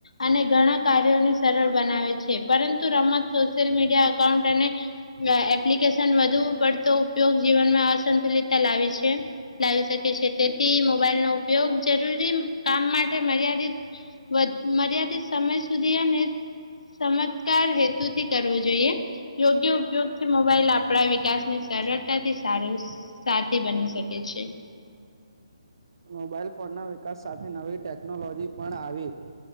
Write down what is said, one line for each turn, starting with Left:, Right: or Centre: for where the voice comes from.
Left: અને ઘણા કાર્યોને સરળ બનાવે છે પરંતુ રમત સોશિયલ મીડિયા એકાઉન્ટ અને એપ્લિકેશન વધુ પડતો ઉપયોગ જીવનમાં અસંતુલિતતા લાવી છે લાવી શકે છે તેથી મોબાઈલ નો ઉપયોગ જરૂરી કામ માટે મર્યાદિત મર્યાિત સમય સુધી ચમત્કાર હેતુથી કરવો જોઈએ યોગ્ય ઉપયોગથી મોબાઈલ આપણા વિકાસ ની સરળતાથી સાર સાથી બની શકે છે છે
Right: મોબાઈલ ફોન ના વિકાસ સાથે નવી ટેકનોલોજી પણ આવી